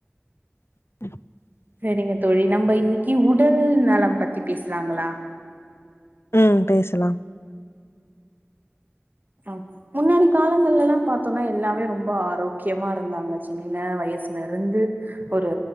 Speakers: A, on the left; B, on the right.
A: <inaudible>
B: சரிங்க தோழி நம்ம இன்னைக்கு உடல் நலம் பத்தி பேசலாங்களா
A: ம் பேசலா
B: ஆ முன்னாடி காலங்கள் எல்லா பாத்தோம்னா எல்லாமே ரொம்ப ஆரோக்கியமா இருந்தாங்க சின்ன வயசுல இருந்து ஒரு